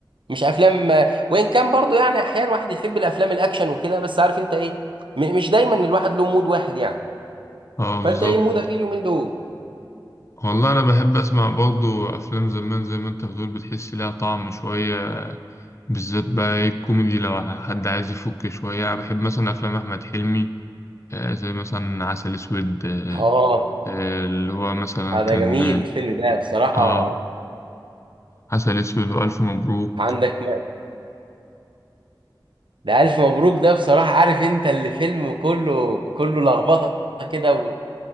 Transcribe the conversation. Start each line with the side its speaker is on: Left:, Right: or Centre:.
Right: مش افلام آه، وان كان برضو يعني احيانا واحد يحب الافلام الاكشن وكده بس عارف انت ايه م... مش دايما الواحد له مود واحد يعني
Left: اه
Right: فانت
Left: بالظبط
Right: ايه مودك ايه اليومين دول
Left: والله انا بحب اسمع برضو افلام زمان زي ما انت بتقول بتحس ليها طعم شويه بالذات بقى إيه الكوميدي لو حد عايز يفك شويه انا بحب مثلا افلام احمد حلمي آه، زي مثلا عسل اسود آه،
Right: اه
Left: آه، اللي هو مثلا
Right: آه،
Left: كان
Right: ده جميل
Left: اه
Right: الفيلم ده بصراحه
Left: آه، عسل اسود والف مبروك
Right: عندك ده ألف مبروك ده بصراحة عارف أنت اللي فيلم كله كله لخبطة كده و...